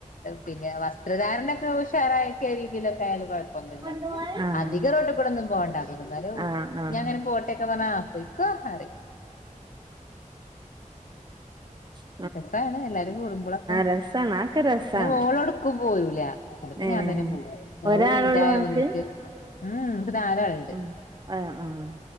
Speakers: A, on the left; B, on the right.
A: പിന്നെ വസ്ത്രധാരണ. ഉഷാറക്ക രീതിയിലാക്കിയാലും കുഴപ്പൊന്നുമില്ല.
B: ആഹ്
A: അധികം റോട്ടിൽ കൂടന്നും പോവണ്ട. എനലും
B: ആഹ് ആഹ്
A: ഞാൻ അങ്ങനെ പോട്ടന്നൊക്കെ പറഞ്ഞാ ആ പോയിക്കോ എന്ന് പറയും.
B: ആഹ
A: രസമാണ് എല്ലാരും കൂടുമ്പോളൊക്കെ.
B: രസാണ് അതൊക്കെ രസാണ്
A: പിന്നെ മോളൊടുക്കും പോരൂല്ല. പിന്നപ്പോ
B: ഏഹ്
A: ഞാൻ തന്നെ പോ മോള്
B: ഒരാളൊള്ളൂ
A: വലതായോണ്ട്
B: ഇങ്ങക്ക്
A: ഓല്ക്ക്. ഉം എനിക്ക് നാലാളുണ്ട്.
B: ഉം ആഹ് ആഹ്